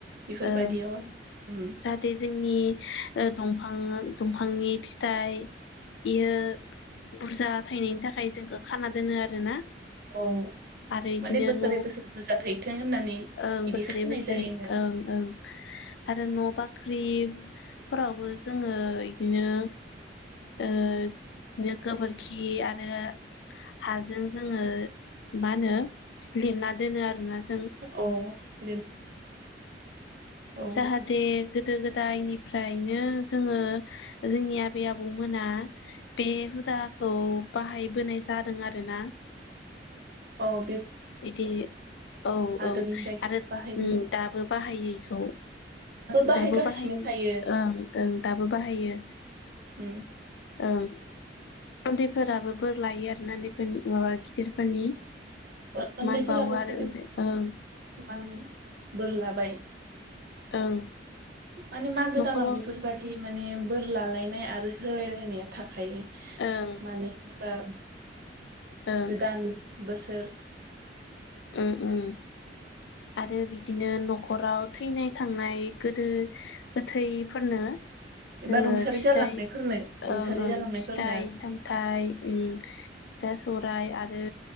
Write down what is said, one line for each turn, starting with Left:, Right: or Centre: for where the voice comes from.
Right: बेफोरबायदियाव
Left: ओं
Right: आरो उम
Left: जाहाथे जोंनि दफां फां दंफांनि फिथाइ बेयो बुरजा थायनायनि थाखाय जोंखौ खाना दोनो आरोना
Right: औ
Left: आरो इदिनो
Right: माने बोसोरै
Left: न
Right: बोसोर बुरजा थायथों होननानै
Left: ओं
Right: बिदि
Left: बोसोरै
Right: खानाय
Left: बोसोरै
Right: जायो आरो
Left: ओं ओं आरो न' बां फुख्रिफोरावबो जोङो बिदिनो ओ बिदिनो गोबोरखि आरो हाजों जोङो मा होनो लिरना दोनो आरोना जों
Right: औ। <unintelligible> औ
Left: जाहाथे गोदो गोदायनिफ्रायनो जोङो जोंनि आबै आबौमोना बे हुदाखौ बाहायबोनाय जादों आरोना
Right: अ'
Left: बिदि औ
Right: आगोलनिफ्रायनो
Left: औ आरो
Right: बाहायबोदों
Left: दाबो बाहायो बिखौ
Right: बाहायगासिनो
Left: दाबो बाहायनाय
Right: थायो
Left: ओं ओं दाबो बाहायो।
Right: उम
Left: ओं उन्दैफोराबो बोर लायो आरोना बेफोरनि ओ गिदिरफोरनि।
Right: ओ उन्दैफोराबो
Left: मान बावो
Right: <unintelligible>
Left: आरो उन्दै ओं
Right: ओं। बोरलाबाय।
Left: ओं।
Right: माने मागो
Left: न'खराव
Right: दानाव बेफोरबादि माने बोर लालायनाय आरो होलायलायनाया थाख खायो
Left: ओं
Right: मानोना बा
Left: ओं
Right: गोदान बोसोर।
Left: उम उम आरो बिदिनो नख'राव थैनाय-थांनाय गोदो गोथैफोरनो
Right: एबा
Left: जोङो
Right: रुंसारि
Left: फिथाइ
Right: जालांनायफोरनो रुंसारि
Left: ओं ओं
Right: जालांनायफोरनो
Left: फिथाइ-सामथाइ ओं। फिथा सौराइ आरो